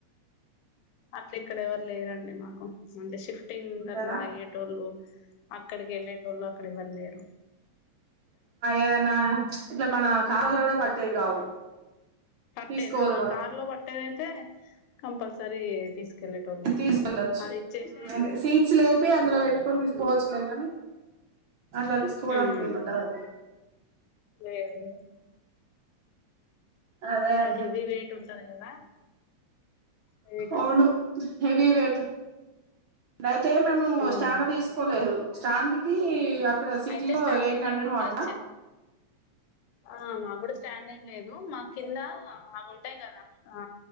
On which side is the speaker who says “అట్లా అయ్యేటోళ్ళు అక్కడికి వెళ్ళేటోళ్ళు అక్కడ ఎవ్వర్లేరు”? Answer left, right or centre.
Left